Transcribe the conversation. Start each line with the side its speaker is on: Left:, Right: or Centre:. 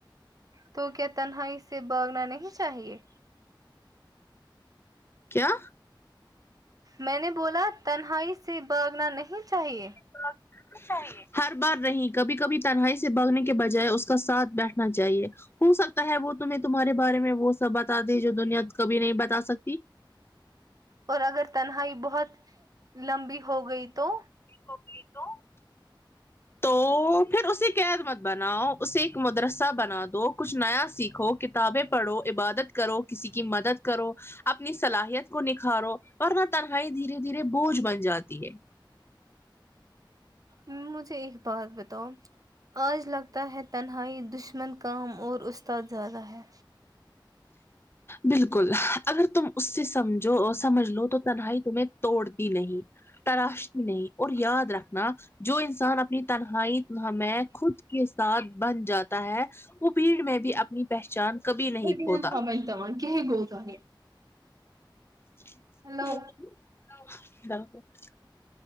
Right: تو کیا تنہائی سے باگنا نہیں چاہیے
Left: کیا
Right: میں نے بولا تنہائی سے بھاگنا نہیں چاہیے
Left: <unintelligible> ہر بار نہیں کبھی کبھی تنہائی سے بھگنے کے بجائے اس کا ساتھ بیٹھنا چاہیے ہو سکتا ہے وہ تمھیں تمہارے بارے میں وہ سب بتا دے جو دنیا کبھی نہیں بتا سکتی
Right: اور اگر تنہائی بہت لمبی ہو گئی تو
Left: ہوگئی تو تو پھر اسے قید مت بناؤ اسے ایک مدرسہ بنا دو کچھ نیا سیکھو کتنا کتابیں پڑھو عبادت کرو کسی کی مدد کرو اپنی صلاحیت کو نکھارو ورنہ تنہائی دھیرے دھیرے بوجھ بن جاتی ہے
Right: امم مجھے ایک بات بتاؤ آج لگتا ہے تنہائی دشمن کام اور اس استاد زیادہ ہے
Left: بالکل اگر تم اس سے سمجھو سمجھ لو تو تنہائی تمہیں توڑتی نہیں تراشتی نہیں اور یاد رکھنا جو انسان اپنی تنہائی ہمیں خود کے ساتھ بن جاتا ہے وہ بھیڑ میں بھی اپنی پہچان کبھی نہیں
Right: <unintelligible>
Left: کھوتا <unintelligible>
Right: ہلو